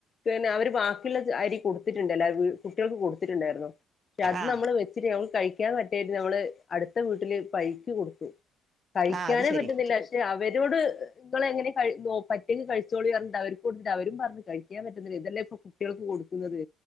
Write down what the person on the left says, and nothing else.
പിന്നെ അവര് ബാക്കിയുള്ള അരി കൊടുത്തിട്ടുണ്ടല്ലോ കുട്ടികൾക്ക് കൊടുത്തിട്ടുണ്ടായിരുന്നോ പക്ഷെ അത്
നമ്മള് വെച്ചിട്ട് നമ്മ കഴിക്കാൻ പറ്റായ്ട്ട് നമ്മള് അടുത്ത വീട്ടില് പൈക്ക് കൊടുത്തു കഴിക്കാനേ
പറ്റുന്നില്ല പക്ഷെ അവരോട് നിങ്ങളെ എങ്ങനെ കഴിച്ചോ പറ്റേങ്കി കഴിച്ചോളി അർഞ്ഞിട്ട് അവർക്ക് കൊടുത്ത്ട്ട് അവരും പറഞ്ഞ് കഴിക്കാൻ പറ്റുന്നില്ല ഇതല്ലേ ഇപ്പൊ ട്ടിയാൾക് കൊടുക്കുന്നത്